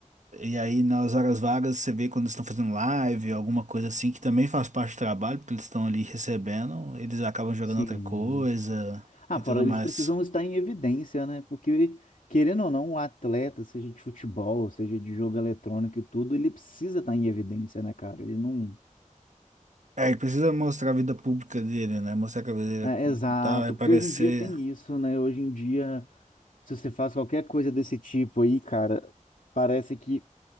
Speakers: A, on the right (about 65°); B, on the left (about 75°).
A: E aí, nas horas vagas, você vê quando eles estão fazendo live, alguma coisa assim, que também faz parte do trabalho, porque eles estão ali recebendo, eles acabam jogando
B: Sim.
A: outra coisa
B: Ah,
A: e
B: fora,
A: tudo
B: eles
A: mais.
B: precisam estar em evidência, né? Porque, querendo ou não, o atleta, seja de futebol, seja de jogo eletrônico e tudo, ele precisa estar em evidência, né, cara? Ele não.
A: É, ele precisa mostrar a vida pública dele, né? Mostrar que a vida dele
B: É,
A: é pública
B: exato,
A: e tal, é parecer.
B: porque hoje em dia tem isso, né? Hoje em dia, se você faz qualquer coisa desse tipo aí, cara, parece que,